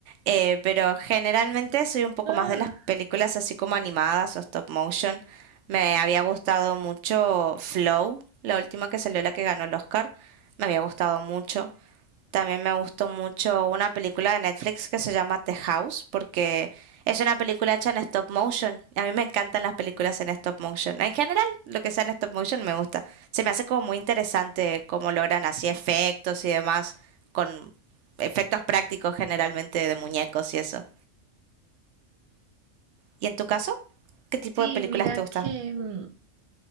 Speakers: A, on the right; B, on the right.
A: eh, pero generalmente soy un poco
B: Ah,
A: más de las películas así como animadas o stop motion. Me había gustado mucho Flow, la última que salió, la que ganó el Oscar, me había gustado mucho. También me gustó mucho una película de Netflix que se llama The House, porque es una película hecha en stop motion. A mí me encantan las películas en stop motion. En general, lo que sea en stop motion me gusta. Se me hace como muy interesante cómo logran así efectos y demás, con efectos prácticos generalmente de muñecos y eso. ¿Y en tu caso? ¿Qué tipo
B: sí,
A: de películas
B: mira
A: te gusta?
B: que... mm,